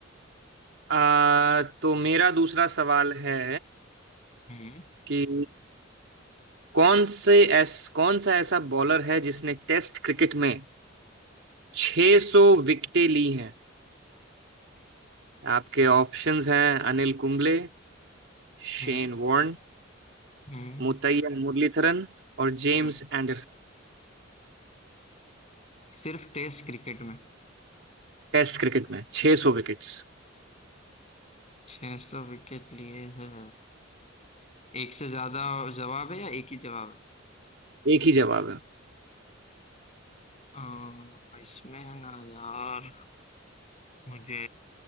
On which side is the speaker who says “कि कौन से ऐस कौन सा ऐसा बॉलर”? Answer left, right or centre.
Right